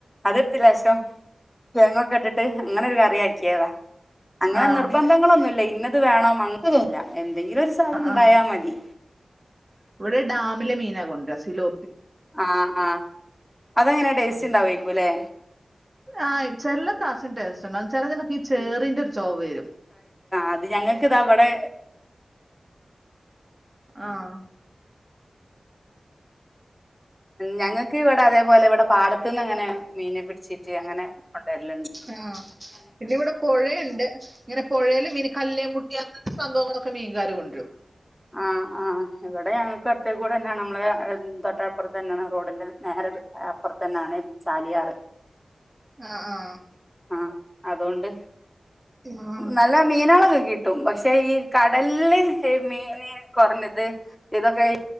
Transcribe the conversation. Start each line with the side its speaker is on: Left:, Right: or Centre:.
Centre: അത്ടുത് ലേശം തേങ്ങൊക്കെ ഇട്ടിട്ട് അങ്ങനെ ഒരു കറിയക്കിയതാ അങ്ങനെ
Right: ആഹ്
Centre: നിർബന്ധങ്ങളൊന്നുല്ല ഇന്നത് വേണം അങ്ങനൊന്നുല്ല എന്തെങ്കിലും ഒരു സാധനം ഉണ്ടായാ
Right: ആഹ്
Centre: മതി.
Right: ഇവിടെ ഡാമിലെ മീനാക്ക കൊണ്ടര സിലോ
Centre: ആഹ് ആഹ് അതെങ്ങനെ ടേസ്റ്റ്
Right: കൊണ്ട്
Centre: ഉണ്ടാവേക്കുല്ലേ?
Right: ആഹ് ചില പ്രാഷം ടേസ്റ്റ് ഉണ്ടാകും ചിലതിനൊക്കെ ഈ ചേറിന്റെ ഒരു ചൊവരും
Centre: അത് ഞങ്ങൾക്ക് ഇതാ വടെ
Right: ആഹ്
Centre: ഞങ്ങക്ക് ഇവിടെ അതേപോലെ ഇവിടെ പാടത്തു നിന്ന് അങ്ങനെ മീനെ പിടിച്ചീട്ട് അങ്ങനെ കൊണ്ടാരിലുണ്ട്.
Right: ആഹ് പിന്ന ഇവിടെ പുഴയുണ്ട്. ഇങ്ങനെ പുഴൽ മീന കല്ലേയും മുട്ടി അങ്ങത്തെ സംഭവങ്ങളൊക്കെ മീൻകാര് കൊണ്ടരും.
Centre: ആഹ് ആഹ് ആ ഇവിടെ ഞങ്ങൾക്ക് അടുത്തേ കൂടെ തന്നെയാണ് നമ്മള് തൊട്ടപ്പുറത്ത് തന്നെയാണ് റോഡിന്റെ നേരെ അപ്പുറത്ത്ന്നെയാണ്. ചാലിയാറ്
Right: ആഹ് ആഹ്
Centre: ആഹ് അതുകൊണ്ട്
Right: ആഹ്
Centre: നല്ല മീനാളക്കെ കി കിട്ടും പക്ഷെ ഈ കടല്ല് മീൻ കുറഞ്ഞത് ഇതൊക്കെ